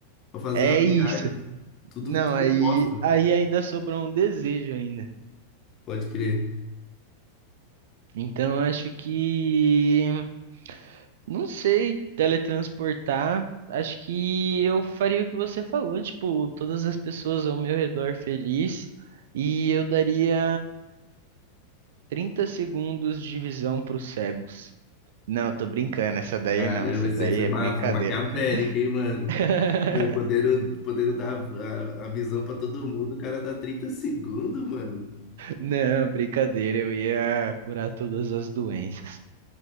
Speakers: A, on the left; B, on the right.
A: Pra fazer
B: É
A: uma
B: isso.
A: viagem. Tudo,
B: Não,
A: tudo
B: aí,
A: bosta,
B: aí ainda sobrou um desejo ainda.
A: pode crer.
B: Então acho que não sei teletransportar. Acho que eu faria o que você falou, tipo, todas as pessoas ao meu redor feliz e eu daria 30 segundos de visão para os cegos. Não, tô brincando, essa daí
A: Caramba,
B: não, essa
A: isso
B: daí
A: aí foi,
B: é
A: ma
B: brincadeira.
A: foi maquiavélico, hein, mano?
B: <laughs>
A: Mano, podendo, podendo dar a, a visão pra todo mundo, o cara dá 30 segundos, mano.
B: Não, brincadeira, eu ia curar todas as doenças.